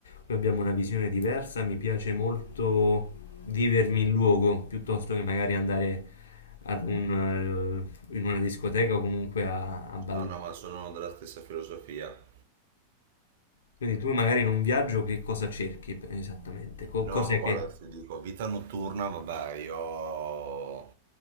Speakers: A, on the left; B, on the right.
A: qui abbiamo una visione diversa, mi piace molto vivermi il luogo piuttosto che magari andare ad un, eh, in una discoteca o comunque a, a ballare.
B: No, no, ma sono della stessa filosofia.
A: Quindi tu magari in un viaggio che cosa cerchi esattamente? Co-
B: No,
A: cos'è
B: guarda,
A: che...
B: ti dico, vita notturna, vabbè, io ho